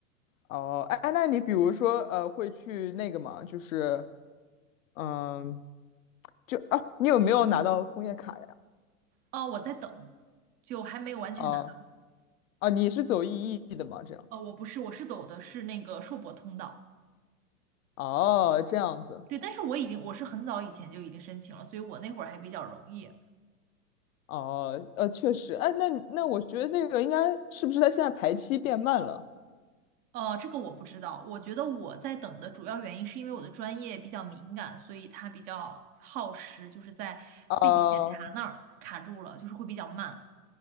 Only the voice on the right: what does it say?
哦，我在等，就还没有完全拿到。
哦，我不是，我是走的是那个硕博通道。
对，但是我已经我是很早以前就已经申请了，所以我那会儿还比较容易。
呃，这个我不知道。我觉得我在等的主要原因是因为我的专业比较敏感，所以它比较耗时，就是在背景检查那儿卡住了，
就是会比较慢。